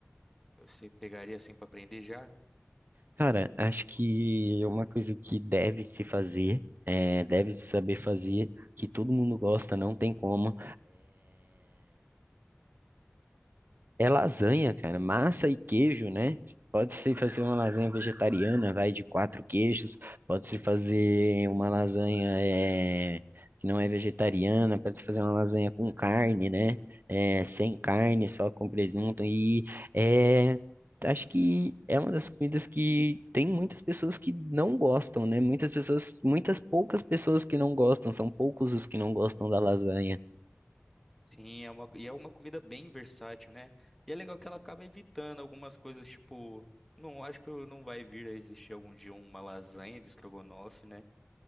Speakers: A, in the centre; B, on the right.
A: você pegaria assim pra aprender já?
B: Cara, acho que uma coisa que deve se fazer, é, deve se saber fazer, que todo mundo gosta, não tem como, É lasanha, cara. Massa e queijo, né? Pode-se fazer uma lasanha vegetariana, vai de quatro queijos. Pode-se fazer uma lasanha é, que não é vegetariana. Pode-se fazer uma lasanha com carne, né? É, sem carne, só com presunto. E é, acho que é uma das comidas que tem muitas pessoas que não gostam, né? Muitas pessoas, muitas poucas pessoas que não gostam. São poucos os que não gostam da lasanha.
A: Sim, é uma, e é uma comida bem versátil, né? E é legal que ela acaba evitando algumas coisas, tipo, não acho que não vai vir a existir algum dia uma lasanha de estrogonofe, né?